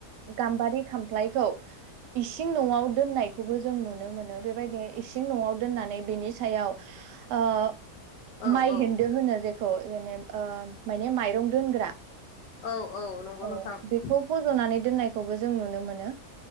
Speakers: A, on the right; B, on the left.
A: गाम्बारि खामफ्लायखौ इसिं सिं न'आव दोननायखौबो जों नुनो मोनो बेबायदिनो इस इसिं न'आव दोननानै बिनि सायाव ओह
B: औ
A: माइ हेन्दो
B: औ
A: होनो जेखौ। जेनेब ओह माय बे मायरं दोग्रा
B: नंगौ
A: औ
B: नोंथां
A: बेखौ फज'नानै दोननाय खौबो जों नुनो मोनो।